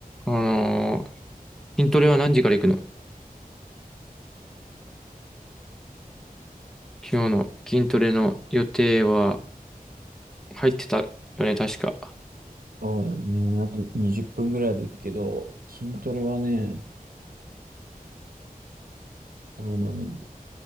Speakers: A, in the centre; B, on the right.
A: あのー筋トレは何時から行くの今日の筋トレの予定は入ってたよね、確か。
B: そうだね。あと20分ぐらいで行くけど、筋トレはね、どうのね、